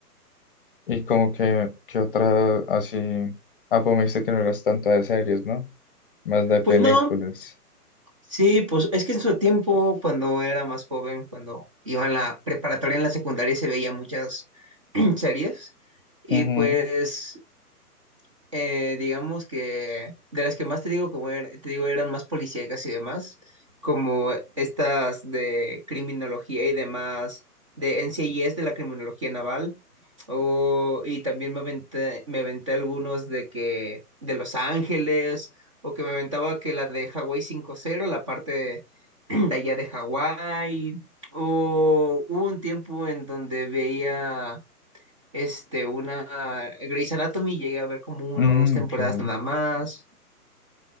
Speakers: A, on the left; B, on the right.
A: Y como que, que otra así. Ah, pues me dijiste que no eras tanto de series, ¿no? Más de películas.
B: Pues no, Sí, pues es que en su tiempo, cuando era más joven, cuando iba en la preparatoria, en la secundaria, se veía muchas <clears throat> series. Y
A: Ujú.
B: pues, eh, digamos que de las que más te digo, como er- te digo, eran más policíacas y demás, como estas de criminología y demás, de NCIS de la criminología naval. O, y también me aventé, me aventé algunos de que de Los Ángeles, o que me aventaba que la de Hawái cinco cero la parte <clears throat> de allá de Hawái. O hubo un tiempo en donde veía este una Grey's Anatomy, llegué a ver como una
A: Mm,
B: o dos temporadas
A: ok.
B: nada más.